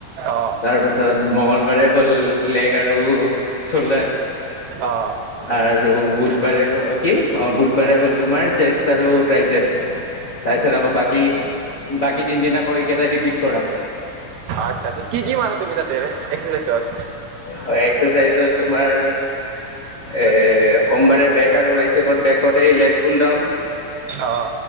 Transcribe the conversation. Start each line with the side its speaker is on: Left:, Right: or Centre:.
Right: অ
Left: তাৰপিছত মঙলবাৰে হ'ল লেগ আৰু চ'ল্ডাৰ।
Right: অ
Left: আৰু বুধবাৰে হ'ল কি অ বুধবাৰে হ'ল তোমাৰ চেষ্ট আৰু টাইচেপ। তাৰপিছত আকৌ বাকী বাকী তিনদিন আকৌ এইকেইটাই ৰিপিট কৰা।
Right: আচ্ছা কি কি মাৰা তুমি তাতে এক্সাচাইজত
Left: হয়, এক্সাৰচাইজত তোমাৰ এ সোমবাৰে বেক আৰু বাইচেপত বেকত এই লেত পুল ডাউন।
Right: অ